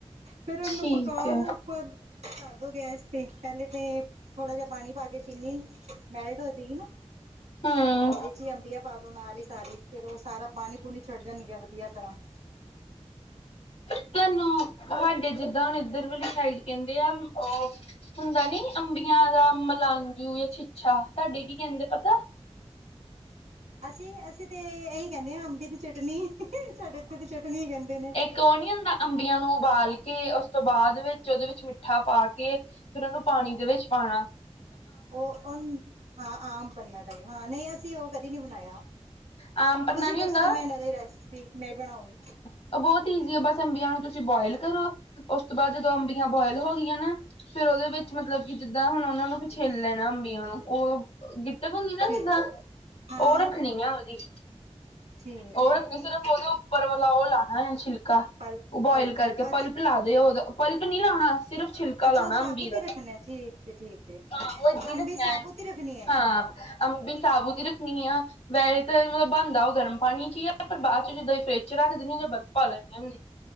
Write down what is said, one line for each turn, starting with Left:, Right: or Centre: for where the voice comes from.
Right: ਫੇਰ ਓਨੂੰ
Left: ਠੀਕ
Right: ਪਕਾਓ
Left: ਹੈ
Right: ਉੱਪਰ, ਰਖ ਦੋ ਗੈਸ ਤੇ ਪੈਲੇ ਤੇ ਥੋੜਾ ਜਿਹਾ ਪਾਣੀ ਪਾ ਕੇ, ਚੀਨੀ ਮੈਲਟ ਹੋਜੇਗੀ ਨਾ।
Left: ਹੂੰ
Right: ਓਦੇ ਚ ਈ ਅੰਬੀਆਂ ਪਾ ਦੋ ਨਾਲ ਈ ਸਾਰੀ। ਫੇਰ ਓ ਸਾਰਾ ਪਾਣੀ- ਪੂਣੀ ਛੱਡ ਜਾਣਗੀਆਂ ਵਧੀਆ ਤਰਾਂ।
Left: ਤੁਹਾਨੂੰ ਹਾਡੇ ਜਿੱਦਾਂ, ਹੁਣ ਏਧਰ ਵਾਲੀ ਸਾਈਡ ਕੈਂਦੇ ਆ। ਓ ਹੁੰਦਾ ਨੀ ਅੰਬੀਆਂ ਦਾ ਮਲਾਂਜੂ ਜਾਂ ਛਿੱਛਾ। ਤੁਹਾਡੇ ਕੀ ਕੈਂਦੇ ਪਤਾ?
Right: ਅਸੀਂ, ਅਸੀਂ ਤੇ ਏਈ ਕੈਂਨੇ ਆਂ ਅੰਬੇ ਦੀ ਚਟਨੀ। ਸਾਡੇ ਏਥੇ ਤੇ ਚਟਨੀ ਈ ਕੈਂਦੇ ਨੇ।
Left: ਕੋਨੀਅਨ ਦਾ ਅੰਬੀਆਂ ਨੂੰ ਉਬਾਲ ਕੇ, ਉਸ ਤੋਂ ਬਾਦ ਵਿੱਚ। ਓਦੇ ਵਿੱਚ ਮਿੱਠਾ ਪਾ ਕੇ ਫੇਰ ਓਨੂੰ ਪਾਣੀ ਦੇ ਵਿੱਚ ਪਾਣਾ।
Right: ਓ ਔਨ ਹਾਂ, ਆਮ ਪੰਨਾ ਕਹੀਦਾ ਹਾਂ ਨਈ, ਅਸੀਂ ਓ ਕਦੀ ਨੀ ਬਣਾਇਆ।
Left: ਆਮ ਪੰਨਾ
Right: ਤੁਸੀਂ
Left: ਨੀ
Right: ਦੱਸੋ
Left: ਹੁੰਦਾ
Right: ਮੈਂ, ਐਨਾਂ ਦੀ ਰੈਸਿਪੀ ਮੈਂ ਬਣਾਉ।
Left: ਓ ਬੋਤ ਈਜ਼ੀ ਆ। ਬਸ ਅੰਬੀਆਂ ਨੂੰ ਤੁਸੀਂ ਬੋਇਲ ਕਰੋ ਓਸ ਤੋਂ ਬਾਦ ਜਦੋਂ, ਅੰਬੀਆਂ ਬੋਇਲ ਹੋਗੀਆਂ ਨਾ ਫੇਰ ਓਦੇ ਵਿੱ ਚ ਮਤਲਬ ਕੀ ਜਿੱਦਾਂ, ਹੁਣ ਓਨਾਂ ਨੂੰ ਵੀ ਛਿੱਲ ਲੈਣਾ ਅੰਬੀਆਂ ਨੂੰ। ਓ ਗਿੱਟਕ ਹੁੰਦੀ ਨਾ
Right: ਠੀਕ
Left: ਜਿਦਾਂ,
Right: ਹਾਂ
Left: ਓ ਰੱਖਣੀ ਆ ਓਹਦੀ।
Right: ਠੀਕ
Left: ਉਹ
Right: ਹੈ
Left: ਰੱਖਣੀ ਸਿਰਫ ਉਹਦੇ ਉੱਪਰ ਵਾਲਾ ਉਹ ਲਾਉਣਾ ਹੈ। ਛਿਲਕ ਹਾਂ,
Right: ਪਲ
Left: ਉਹ ਬੋਆਇਲ
Right: ਪਲ
Left: ਕਰਕੇ
Right: ਅੱਛ
Left: ਪਲਪ ਲਾ ਦਿਓਦਾ। ਪਲਪ ਨੀ ਲਾਉਣਾ। ਸਿਰਫ ਛਿਲਕਾ
Right: ਅੱਛਾ
Left: ਲਾਣਾ
Right: ਉਹ ਸਾਬੂਤ
Left: ਅੰਬੀ ਦਾ।
Right: ਹੀ ਰੱਖਣਾ ਠੀਕ ਹੈ ਠੀਕ ਹੈ
Left: ਉਹ ਏਦਾਂ
Right: ਅੰਬੀ
Left: ਰੱਖਿਆ
Right: ਸਾਬੂਤ ਹੀ ਰੱਖਣੀ ਹੈ
Left: ਹਾਂ ਅੰਬੀ ਸਾਬੂਦ ਹੀ ਰੱਖਣੀ ਆ। ਵੈਸੇ ਤਾਂ ਮਤਲਬ ਬਣਦਾ ਉਹ ਗਰਮ ਪਾਣੀ ਚ ਹੀ ਆ। ਪਰ ਬਾਅਦ ਚ ਜਿੱਦਾਂ ਫਰਿਜ ਰੱਖ ਦਿੰਦੇ ਹਾਂ ਜਾਂ, ਬਰਫ਼ ਪਾ ਲੈਂਦੇ ਹੁੰਦੇ ਹ।